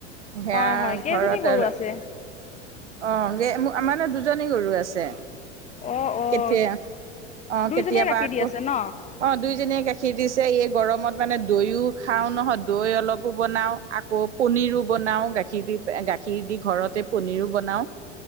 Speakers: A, on the right; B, on the left.
A: সেয়া
B: হয় হয় কেইজনী
A: ঘৰত
B: গৰু আছে
A: অ', গ মোক আমাৰ মানে দুজনী গৰু আছে।
B: অঁ অঁ
A: কেতিয়া, অ',
B: দুইজনীয়ে
A: কেতিয়াবা
B: গাখীৰ
A: আকৌ
B: দি আছে ন
A: অ', দুইজনীয়ে গাখীৰ দিছে এই গৰমত মানে দৈও খাও নহয়। দৈ অলপো বনাওঁ, আকৌ পনিৰো বনাওঁ গাখীৰ দি গাখীৰ দি ঘৰতে পনীৰো বনাওঁ।